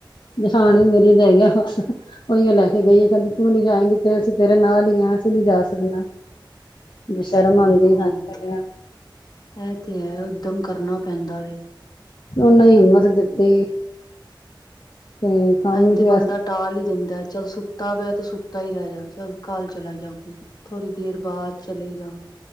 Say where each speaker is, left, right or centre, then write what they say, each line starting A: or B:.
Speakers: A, on the left (about 65°); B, on the left (about 50°).
A: ਜਹਾਨ ਮੇਰੀ ਦੇ ਗਿਆ ਬਸ ਉਹੀ ਆ ਲੈ ਕੇ ਗਈ ਆ ਕਹਿੰਦੇ ਤੂੰ ਨੀ ਜਾਏਗੀ ਤੇ ਅਸੀਂ ਤੇਰੇ ਨਾਲ ਹੀ ਆ ਅਸੀਂ ਨੀ ਜਾ ਸਕਨਾ।
B: ਅੱਛਾ
A: ਵੀ ਸ਼ਰਮ ਆਂਦੀ ਆ ਸਾਨੂੰ
B: ਹਾਂ ਇਹ ਤੇ ਹੈ ਉੱਦਮ ਕਰਨਾ ਪੈਂਦਾ ਵੈ।
A: ਉਹਨਾਂ ਹਿੰਮਤ ਦਿੱਤੀ। ਤੇ ਕੰਮ
B: ਅਸੀਂ
A: ਵੀ
B: ਤੇ
A: ਪਿਆ
B: ਬੰਦਾ ਟਾਲ਼ ਹੀ ਦਿੰਦਾ ਚੱਲ ਸੁੱਤਾ ਵੈ ਤੇ ਸੁੱਤਾ ਹੀ ਰਹਿ ਜਾਵੇ ਚੱਲ। ਕੱਲ ਚਲਾ ਜਾਓਗੀ ਥੋੜ੍ਹੀ ਦੇਰ ਬਾਅਦ ਚਲੇ ਜਾਊਗੇ।